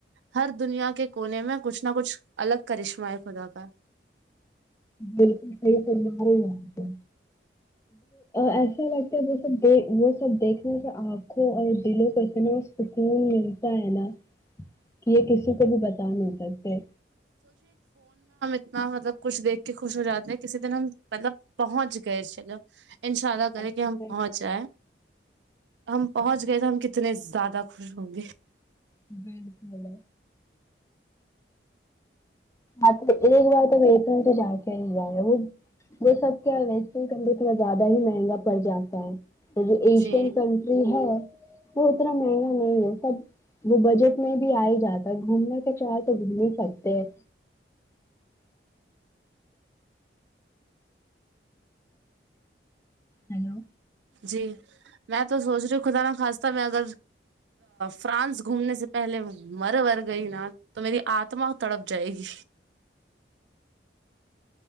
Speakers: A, on the right; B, on the left.
A: ہر دنیا کے کونے میں کچھ نہ کچھ الگ کرشمہ ہے خدا کا
B: بالکل صحیح ف ایسا لگتا ہے سب د وہ سب دیکھنے کے آنکھوں اور دلوں کو اتنے سکون مل تو ہے نا یہ کسی کو بھی بتا نہیں سکتے
A: ہاں مطلب کچھ دیکھ کے خوش ہو جاتے ہیں کسی دن ہم مطلب پہنچ گئے چلو انشء اللہ کرے
B: اصل
A: کے ہم
B: میں۔
A: پہنچ جائ ہم پہنچ گئے تو ہم کتنے زیادہ خوش ہوں گے
B: ابک مل ایک بار تو ویسرن تو جا کے ہی ہے وہ وہ سب کیا ویسٹرن ک بھی تھوڑا زیادہ ہی مہنگا پڑ جاتا ہے یہ جو ایشین
A: جی
B: کنٹری ہے وہ اتنا مہنگا نہیں ہے سب وہ بجٹ میں بھی آ ہی جاتا ہے گھومنے کے چہ تو گھوم ہی سکتے ہیں ہیلو
A: جی میں تو سوچ رہی ہ خدا ن خواستہ میں اگر فرانس گھومنے سے پہلے مر مر گئی نا تو میری آتما تڑپ جائے گی